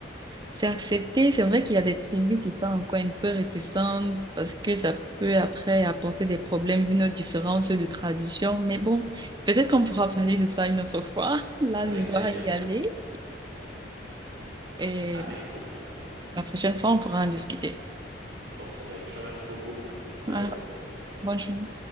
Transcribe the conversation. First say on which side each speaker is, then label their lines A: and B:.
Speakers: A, on the right (about 25°); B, on the right (about 70°).
A: c'est accepté. C'est vrai qu'il y a des tribus qui sont encore un peu réticentes parce que ça peut après apporter des problèmes vu nos différences de tradition. Mais bon, peut-être qu'on pourra parler de ça une autre fois. Là,
B: Avec
A: je dois
B: plaisir,
A: y aller. <laughs> Et
B: avec plaisir,
A: la prochaine fois, on pourra en discuter.
B: sans problème. Je te remercie beaucoup. Bonne
A: Voilà.
B: journée.
A: Bonne journée.